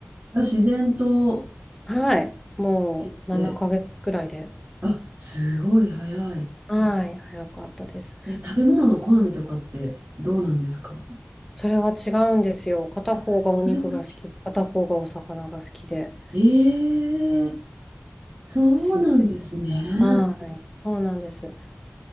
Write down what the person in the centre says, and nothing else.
はい。もう7ヶ月くらいで。
はい。早かったです。
それは違うんですよ。片方がお肉が好き、
片方がお魚が好きで。
不思議ですね。はい。そうなんです。